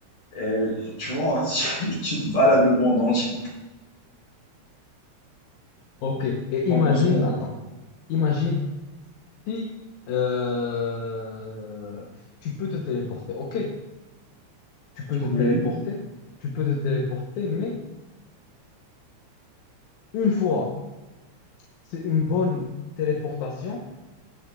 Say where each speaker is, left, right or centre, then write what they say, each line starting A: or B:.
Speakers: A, on the left; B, on the left.
A: et, tu vois, <laughs> tu, tu te balades le monde entier.
B: OK. Et
A: T'en
B: imagine,
A: penses quoi?
B: attends. Imagine si euh, tu peux te téléporter. OK, tu peux
A: Oui.
B: te téléporter, tu peux te téléporter, mais une fois, c'est une bonne téléportation.